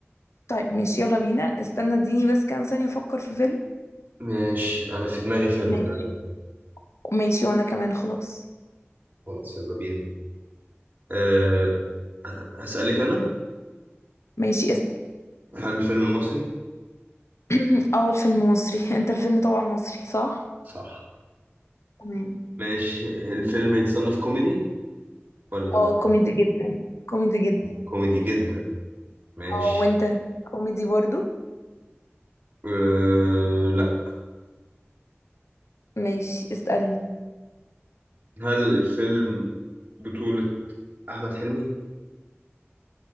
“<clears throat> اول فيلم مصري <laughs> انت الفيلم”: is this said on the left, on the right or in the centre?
Left